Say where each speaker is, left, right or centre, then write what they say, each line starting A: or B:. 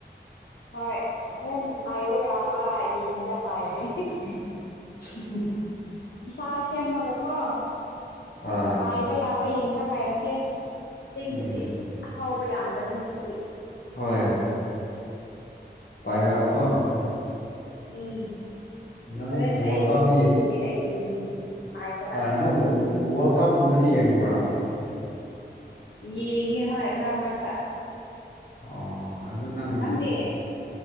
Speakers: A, on the left; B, on the left.
A: ꯍꯣꯏ ꯑꯍꯨꯝ ꯄꯥꯏꯕ ꯌꯥꯕ ꯌꯦꯡꯉꯒ ꯄꯥꯏꯒꯦ
B: <inaudible>
A: ꯏꯁꯥ ꯁꯦꯝꯃꯥꯒ ꯀꯣ
B: ꯑꯥ
A: ꯄꯥꯏꯕ ꯌꯥꯕ ꯌꯦꯡꯉꯒ ꯄꯥꯏꯔꯛꯀꯦ ꯆꯤꯡꯗꯗꯤ
B: ꯎꯝ
A: ꯑꯍꯥꯎꯕ ꯌꯥꯝꯕꯅꯦ ꯍꯧꯖꯤꯛꯇꯤ
B: ꯍꯣꯏ ꯄꯥꯏꯔꯛꯑꫭ ꯀꯣ
A: ꯎꯝ
B: ꯅꯪ
A: ꯍꯣꯔꯦꯟ
B: ꯋꯥꯔꯜ
A: ꯑꯩ
B: ꯀꯞꯇꯤ
A: ꯁꯦꯝꯒꯦ ꯑꯩꯒꯤ ꯋꯤꯡꯁ ꯄꯥꯏꯅꯕ
B: ꯍꯣꯏ ꯅꯪ ꯋꯥꯔꯜ ꯀꯞꯒꯨꯝꯕꯗꯤ ꯌꯦꯡꯕ꯭ꯔꯥ
A: ꯌꯦꯡꯉꯦ ꯍꯣꯏ ꯃꯔꯛ ꯃꯔꯛꯇ
B: ꯑꯣ ꯑꯗꯨ ꯅꯪ
A: ꯅꯪꯗꯤ